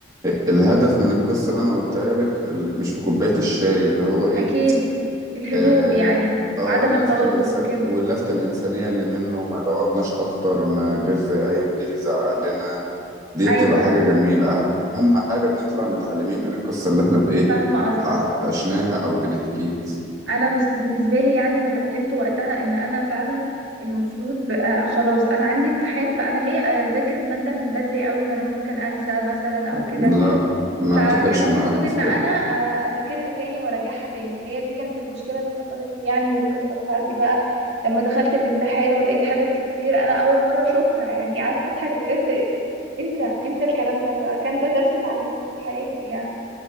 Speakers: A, on the right (about 20°); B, on the right (about 70°).
A: الهدف من القصة اللي انا قلتها لك ال- مش في كوباية الشاي اللي هو ايه
B: اكيد الهدوء
A: اه
B: يعني
A: آه،
B: وعدم
A: اللفتة
B: التوتر
A: الإنسان
B: وكده
A: واللفتة الإنسانية اللي منه ما ضغطناش أكتر ما جاش زي أي مدير يزعق لنا دي
B: ايوه
A: بتبقى حاجة
B: ايوه
A: جميلة أهم حاجة بنطلع متعلمين من القصة اللي احنا بإيه
B: فاهمة قصدك
A: ح-
B: اه
A: عشناها أو بنحكيها
B: انا بس- بالنسبه لي يعني اللي اتعلمته وقتها ان انا فعلا المفروض بقى خلاص انا عندي امتحان فانا ليه اذاكر الماده من بدري قوي ما انا ممكن انسى مثلا او كده
A: لا ما
B: فكان
A: اتفقش
B: المفروض
A: معاك في
B: ان انا
A: كده
B: آه، اذاكرها تاني وراجعها تاني فهي دي كانت المشكله اللي حصلت لي يعني والقصه بتاعتي بقى لما دخلت الامتحان ولقيت حاجات كتير انا اول مره اشوفها يعني قعدت اضحك بجد امتى امتى الكلام ده فكان ده درس اتعلمته طول حياتي يعني